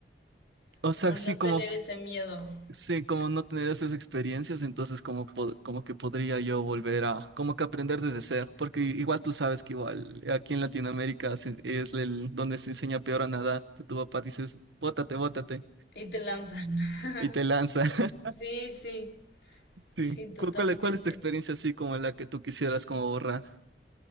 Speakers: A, on the right; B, on the left.
A: O
B: como
A: sea,
B: no
A: sí,
B: tener
A: como
B: ese miedo,
A: Sí, como
B: pues,
A: no tener esas experiencias, entonces como, po- como que podría yo volver a, como que aprender desde cero, porque igual tú sabes que igual aquí en Latinoamérica se- es el, donde se enseña peor a nadar, pues tu papá dices, bótate, bótate,
B: y te lanzan. <laughs>
A: y te lanza. <laughs>
B: Sí, sí, sí,
A: Sí.
B: totalmente.
A: ¿Cu- ¿Cuál, cuál es tu experiencia así como la que tú quisieras como borrar?